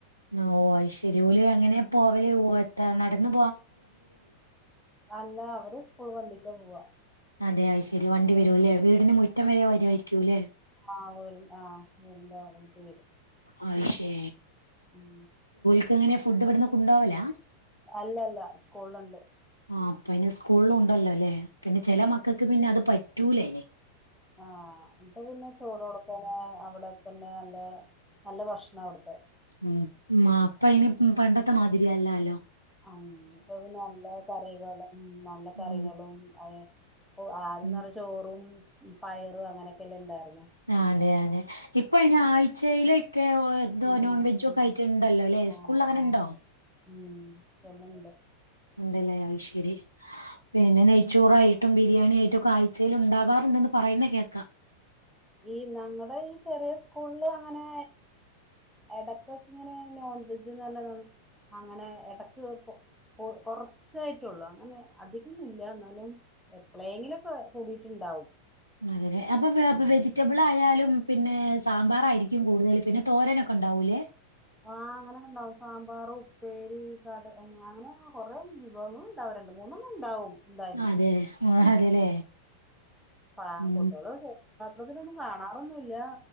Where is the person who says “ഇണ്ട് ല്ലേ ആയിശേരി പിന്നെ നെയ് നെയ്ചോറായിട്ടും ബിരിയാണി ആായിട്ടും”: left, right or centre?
Left